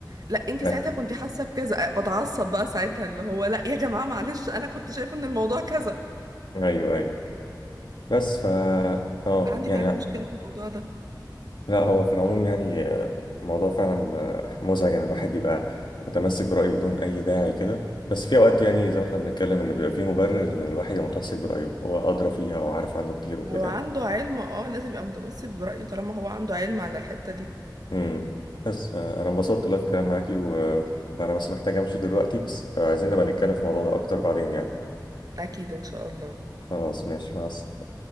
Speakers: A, on the right; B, on the left.
A: لا انت
B: آه.
A: ساعتها كنت حاسه بكذا بتعصب بقى ساعتها اللي هو لا يا جماعه معلش انا كنت شايفه ان الموضوع كذا
B: ايوه ايوه بس ف اه
A: فعندي
B: يعني
A: فعلا مشكله في الموضوع ده
B: لا هو في العموم يعني الموضوع فعلا مزعج ان الواحد يبقى متمسك برأيه بدون اي داعي كده بس في اوقات يعني زي ما احنا بنتكلم ان بيبقى في مبرر ان الواحد يبقى متمسك برأيه هو ادرى فيها وعارف عنه كتير
A: لو
B: وكده
A: عنده
B: يعني
A: علم اه لازم يبقى متمسك برايه طالما هو عنده علم عن الحته دي
B: امم بس آه، انا انبسطت والله في الكلام معاكي و... وانا بس محتاج امشي دلوقتي بس عايزين نبقى نتكلم في الموضوع ده اكتر بعدين يعني
A: اكيد ان شاء الله
B: خلاص ماشي مع السلامة